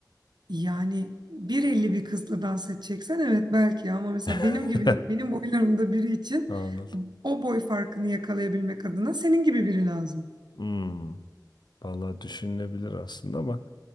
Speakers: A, on the right; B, on the left.
A: Yani 1.50 bir kızla dans edeceksen evet belki ama mesela benim
B: <laughs>
A: gibi benim boylarımda biri için
B: Anladım.
A: o boy farkını yakalayabilmek adına senin gibi biri lazım.
B: Hmm, vallahi düşünülebilir aslında ama.